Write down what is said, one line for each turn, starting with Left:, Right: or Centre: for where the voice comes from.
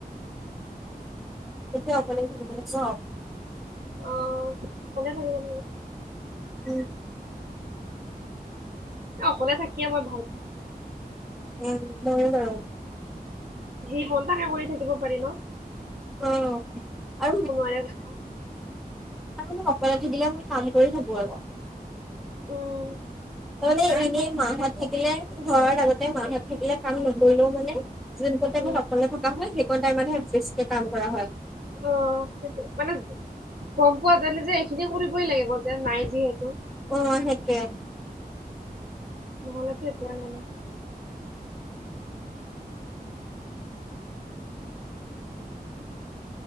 Centre: এতিয়া অকলে <unintelligible>
Right: অ ভালে বাৰু
Centre: উম,
Right: এ অকলে থাকিয়ে মই ভাল পাওঁ।
Centre: উম, মইয় যাওঁ
Right: যি মন তাকে কৰি থাকিব পাৰি ন?
Centre: অ আৰু
Right: <unintelligible>
Centre: আৰু মই অকলে ধাৰিলে কাম কৰি থাকো আৰু
Right: উম
Centre: তাৰমানে এনেই মাহ‍ঁত থাকিলে, ঘৰত আগতে মাহঁত থাকিলে কাম নকৰিলেও হয়নে যিকন টাইমত
Right: উম
Centre: অকলে থকা হয় সেইকন টাইমতে বেছি কাম কৰা হয়।
Right: অ সেইটোয়ে মানে গম পোৱা জানো যে এইখিনি কৰিবই লাগিব যে নাই যিহেতু
Centre: অ' সেইটোয়ে।
Right: <unintelligible>